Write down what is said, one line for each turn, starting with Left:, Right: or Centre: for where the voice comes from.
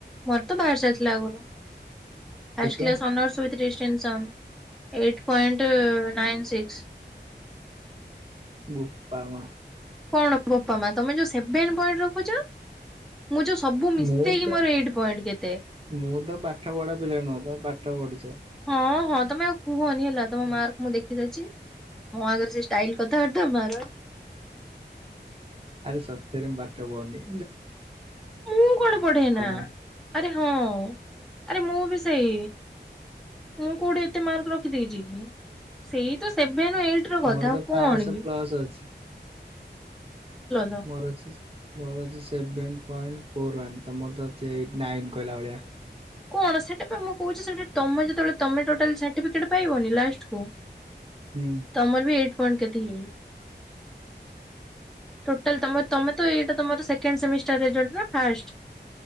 Centre: ମୋର ତ ବାହାରି ସାରିଥିଲା ଆଗରୁ। ଫାଷ୍ଟ
Right: କେତେ
Centre: class honours with distinction eight point nine six.
Right: ବୋପା ମା।
Centre: କଣ ବୋପା ମା ତମେ ଯୋଉ ସେଭେନ ପଏଣ୍ଟ ରଖୁଚ। ମୁଁ ଯୋଉ ସବୁ ମିଶେଇକି
Right: ମୁଁ ତ
Centre: ମୋର ଏଇଟ ପଏଣ୍ଟ କେତେ।
Right: ମୁଁ ତ ପାଠ ପଢା ପିଲା ନୁହଁ ତମେ ପାଠ ପଢିଛ
Centre: ହଁ ହଁ ତମେ ଆଉ କୁହନି ହେଲା ତମ ମାର୍କ ମୁଁ ଦେଖି ସାରିଚି। ମୋ ଆଗରେ ସେ ଷ୍ଟାଇଲ କଥା ଥା ମାରନି।
Right: ଆରେ ସତରେ ମୁଁ ପାଠ ପଢନି।
Centre: ମୁଁ କଣ ପଢେ ନା
Right: ନୁହଁ
Centre: ଆରେ ହଁ ଆରେ ମୁଁ ବି ସେଇ ମୁଁ କୋଉଠି ଏତେ ମାର୍କ ରଖିଦେଇଛଚି କି ସେଇ ତ ସେ ସେଭେନ ଏଇଟ ର କଥା
Right: ମୋର
Centre: ଆଉ
Right: ତ
Centre: କଣ
Right: ପାଂଶହ
Centre: କିି?
Right: ପ୍ଲସ ଅଛି
Centre: ତ।
Right: ମୋର ଅଛି। ମୋର ଅଛି ସେଭେ ପଏଣ୍ଟ ଫୋର୍ ୱାନ ତମରତ ଅଛି ଏଇଟ ନାଇନ୍ କହିଲା ଭଳିଆ।
Centre: କଣ ସେଟା ତ ମୁଁ କହୁଚି ସେଟା ତମେ ଯେତେବେଳେ ତମେ ଟୋଟାଲ୍ ସାଟିପିକେଟ୍ ପାଇବନି ଲାଷ୍ଟ କୁ
Right: ହୁଁ
Centre: ତମର ବି ଏଇଟ ପଏଣ୍ଟ କେତେ ହେଇଯିବ। ଟୋଟାଲ ତମ ତମେ ଏଇଟା ତମର ସେକେଣ୍ଡ ସେମିଷ୍ଟାର ରେଜଲ୍ଟ ନା ଫାଷ୍ଟ?